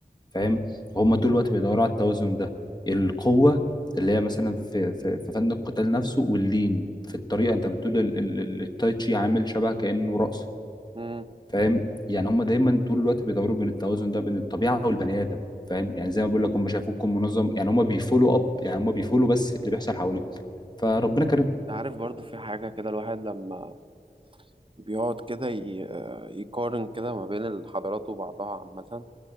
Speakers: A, on the left; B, on the right.
A: فاهم
B: مم.
A: هم طول الوقت بيدوروا على التوازن ده القوه اللي هي مثلا في في, في فن القتال نفسه واللين في الطريقه انت بتقول ال- ال- ال- التاي تشي عامل شبه كانه رقص
B: مم.
A: فاهم يعني هم دايما طول الوقت بيدوروا بين التوازن ده بين الطبيعه والبني ادم فاهم يعني زي ما بقول لك هم شافوكم منظم يعني هم بيفولوا اب يعني هم بيفولوا بس اللي بيحصل حواليهم فربنا كرمهم
B: عارف برضو في حاجة كده الواحد لما بيقعد كده ي- آه، يقارن كده ما بين الحضارات وبعضها عامة